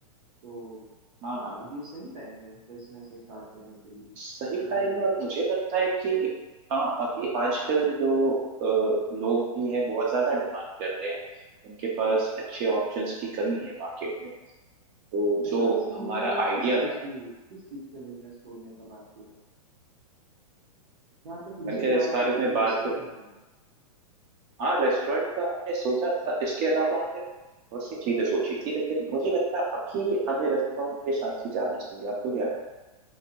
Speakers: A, on the right (about 65°); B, on the right (about 40°).
A: तो
B: हाँ
A: हाँ ये सही टाइम है बिजनेस स्टार्ट करने के लिए तो
B: सही टाइम है और मुझे लगता है कि हाँ अभी आजकल जो अ, लोग भी हैं बहुत ज्यादा डिमांड कर रहे हैं उनके पास अच्छे ऑप्शंस की कमी है मार्केट में तो
A: अच्छा
B: जो
A: वैसे हम
B: हमारा
A: लोगों ने किस
B: आइडिया
A: चीज
B: था
A: की किस चीज का बिजनेस खोलने का बात किया था जहाँ तक मुझे
B: अगर
A: ध्यान
B: इस
A: आ
B: बारे
A: रहा
B: में
A: है
B: बात
A: रेस्टोरेंट
B: कर
A: का
B: हाँ रेस्टोरेंट का हमने सोचा था इसके अलावा हमने बहुत सी चीजें सोची थी लेकिन मुझे लगता है अभी हमें रेस्टोरेंट के साथ ही जाना चाहिए आपको क्या लगता